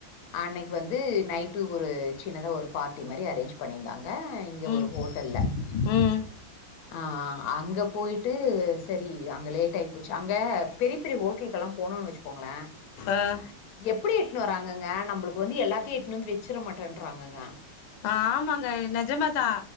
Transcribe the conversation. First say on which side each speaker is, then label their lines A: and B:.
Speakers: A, on the left; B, on the left.
A: அன்னைக் வந்து நைட்டு ஒரு சின்னதா ஒரு பார்ட்டி மாரி அரேஞ்ச் பண்ணிந்தாங்க இங்க
B: ம்
A: ஒரு ஹோட்டல்ல
B: ம்
A: ஆ ஆ அங்க போயிட்டு செரி அங்க லேட் ஆயி போச்சு அங்க பெரி பெரிய ஹோட்டலுகல்லா போனோன் வெச்சுகோங்களே
B: ஆ
A: எப்டி எட்னு வராங்க அங்க நம்பளுக்கு வந்து எல்லாத்தையு எத்துனு வந்து வச்சிட மாட்டன்றாங்க க
B: ஆமாங்க நெஜமாதா